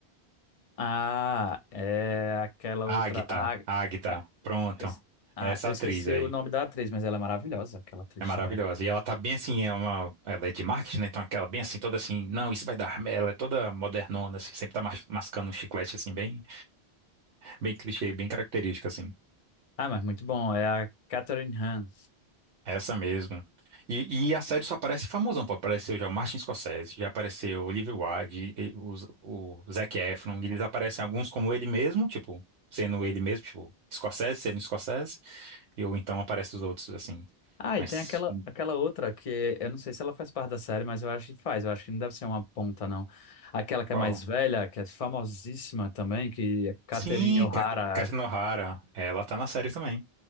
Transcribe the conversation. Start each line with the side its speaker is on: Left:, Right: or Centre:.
Left: Ah, é aquela
Right: a
Left: outra.
Right: Agatha,
Left: Ah,
Right: a Agatha,
Left: ah,
Right: pronto,
Left: es- ah,
Right: é essa
Left: eu
Right: atriz
Left: esqueci
Right: aí.
Left: o nome da atriz, mas ela é maravilhosa, aquela atriz
Right: É maravilhosa.
Left: também.
Right: E ela tá bem assim, é uma, ela é de marketing, né? Então aquela bem assim, toda assim, não, isso vai dar. Ela é toda modernona, assim, sempre tá mas- mascando um chiclete assim, bem. Bem clichê, bem característica, assim.
Left: Ah, mas muito bom. É a Catherine Hahn.
Right: É Essa mesmo. E, e a série só aparece famosão, pô. Apareceu já o Martin Scorsese, já apareceu o Olivia Wilde, e- o, o Zac Efron. Eles aparecem alguns como ele mesmo, tipo, sendo ele mesmo, tipo, Scorsese, sendo Scorsese. E ou então aparecem os outros, assim.
Left: Ah,
Right: Mas
Left: e tem aquela, aquela outra que eu não sei se ela faz parte da série, mas eu acho que faz. Eu acho que não deve ser uma ponta, não. Aquela que
Right: qual?
Left: é mais velha, que é famosíssima também, que é Catherine
Right: Sim,
Left: O'Hara.
Right: Cat- Catherine O'Hara. Ela tá na série também.